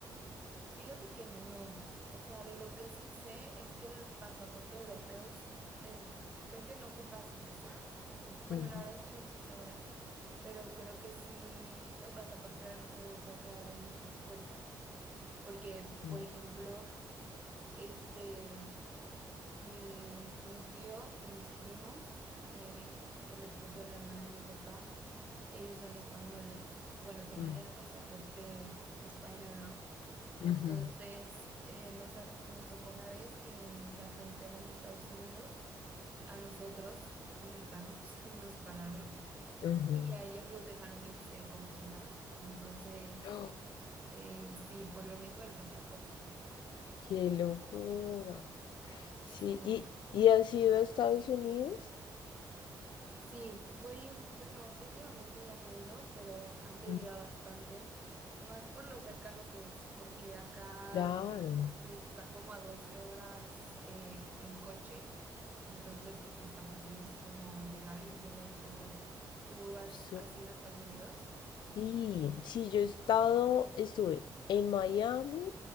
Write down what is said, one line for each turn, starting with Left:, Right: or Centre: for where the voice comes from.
Right: Fíjate que no, o sea, lo que sí sé es que el pasaporte europeo sí te, creo que no ocupas visa, o, bueno,
Left: Ujú,
Right: la verdad es que no estoy segura pero creo que sí el pasaporte eu- europeo te abre muchas puertas, porque,
Left: no.
Right: por ejemplo, este, mi, mi tío y mis primos, eh, el esposo de la hermana de mi papá, ellos son españoles, bueno, tienen
Left: ujú.
Right: el pasaporte español, ¿no?
Left: Ujú,
Right: Entonces, eh, nos, a- nos tocó una vez que en la frontera en Estados Unidos, a nosotros, mexicanos, <laughs> nos pararon
Left: ujú.
Right: y a ellos los dejaron irse como si nada. Entonces,
Left: ¡Oh!
Right: eh, sí, por lo mismo el pasaporte.
Left: ¡Qué locura!
Right: Eh,
Left: Sí,
Right: Sí,
Left: ¿y, y has ido a Estados Unidos?
Right: sí, voy, bueno, últimamente ya no he ido, pero antes
Left: Mm.
Right: iba bastante, más por lo cercano que es, porque acá
Left: Claro,
Right: está como a 12 horas eh, en coche, entonces está facilísimo llegar y ya de ahí te mueves. ¿Tú has,
Left: so-
Right: has ido a Estados Unidos?
Left: sí, sí, yo he estado, estuve en Miami,